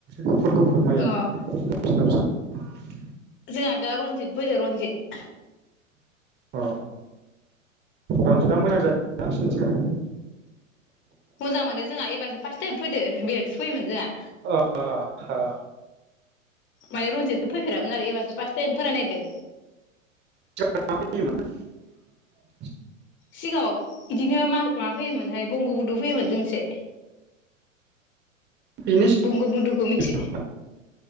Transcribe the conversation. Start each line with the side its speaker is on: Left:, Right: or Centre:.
Right: गुफुर गुफुर माइया
Left: अ
Right: फिसा फिसा <inaudible>
Left: जोंहा दा रनजित फोदों रनजित
Right: अ रन्जितआ मोजां जायोना नोंसनिथि?
Left: मोजां मानि जोंहा एबारसो फार्स टाइम फोदों बेलेगसो फोयोमोन जोंहा।
Right: अ अ हो
Left: माने रनजितखौ फोफेरामोन आरो एबारसो पास टाइम फोनायनायदों।
Right: <inaudible>
Left: सिगाङाव बिदिनो मा माबा फैयोमोनहाय बंग' बुदु फैयोमोन जोंनिथिङै।
Right: बेनि
Left: बंग' बुन्दुखौ मिथि
Right: सिगां